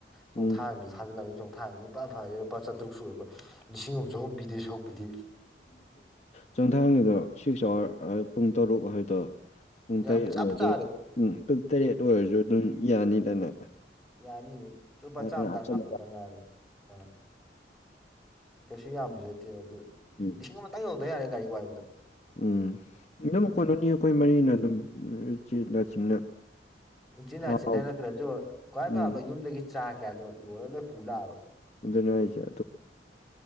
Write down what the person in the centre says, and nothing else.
ꯆꯣꯡꯊꯥ
ꯑꯃ ꯊꯥꯖꯤꯜꯂꯂꯝꯕꯅꯤ ꯆꯣꯡꯊꯥꯅꯤ ꯂꯄꯥ ꯐꯔꯦ ꯂꯨꯄꯥ ꯆꯥꯇ꯭ꯔꯨꯛ ꯁꯨ ꯑꯣꯏꯕ ꯂꯤꯁꯤꯡ ꯑꯃ ꯆꯍꯨꯝ ꯄꯤꯗꯣꯏ ꯁꯔꯨꯛ ꯑꯗꯨꯗꯤ
ꯌꯥꯝ
ꯆꯞ
ꯆꯥꯔꯦ
ꯌꯥꯅꯤꯌꯦ ꯂꯨꯄꯥ
ꯆꯥꯝꯃꯇꯪ
ꯍꯥꯞꯇꯧꯗ ꯉꯥꯏꯔꯦ ꯑꯥ ꯀꯩꯁꯨ ꯌꯥꯝꯕꯁꯨ ꯅꯠꯇꯦꯕ ꯑꯗꯨ
ꯂꯤꯁꯤꯡ ꯑꯃꯇꯪ ꯌꯧꯗꯔ꯭ꯗꯤ ꯌꯥꯔꯦ ꯒꯥꯔꯤ ꯍꯥꯏꯕꯗ
ꯎ ꯆꯤꯟꯅꯥ
ꯆꯤꯟꯅꯥ ꯅꯠꯇ꯭ꯔꯁꯨ ꯈ꯭ꯋꯥꯏ
ꯐꯕ ꯌꯨꯝꯗꯒꯤ ꯆꯥ ꯀꯌꯥ ꯂꯣ ꯂꯣꯏꯔ ꯂꯣꯏ ꯄꯨꯂꯛꯑꯕ